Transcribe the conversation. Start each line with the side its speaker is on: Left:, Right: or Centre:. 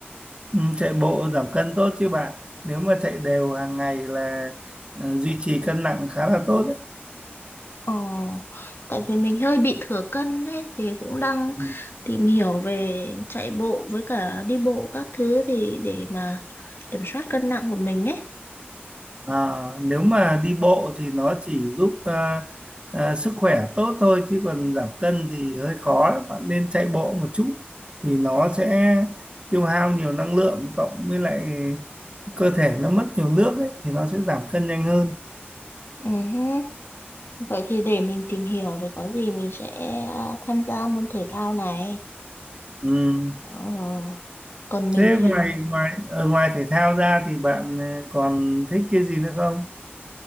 Right: Ừ, chạy bộ giảm cân tốt chứ bạn. Nếu mà chạy đều hàng ngày là ờ, duy trì cân nặng khá là tốt đấy.
Left: Ờ, tại vì mình hơi bị thừa cân ấy thì cũng đang
Right: Ừ.
Left: tìm hiểu về chạy bộ với cả đi bộ các thứ thì để mà kiểm soát cân nặng của mình ấy.
Right: À, nếu mà đi bộ thì nó chỉ giúp à, à, sức khỏe tốt thôi chứ còn giảm cân thì hơi khó bạn nên chạy bộ một chút thì nó sẽ tiêu hao nhiều năng lượng cộng với lại cơ thể nó mất nhiều nước ấy, thì nó sẽ giảm cân nhanh hơn
Left: Ừ hứ, Vậy thì để mình tìm hiểu rồi có gì mình sẽ à, tham gia môn thể thao này.
Right: ừ.
Left: Ờ, còn mình
Right: Thế
Left: thì
Right: ngoài ngoài ở ngoài thể thao ra thì bạn à, còn thích cái gì nữa không?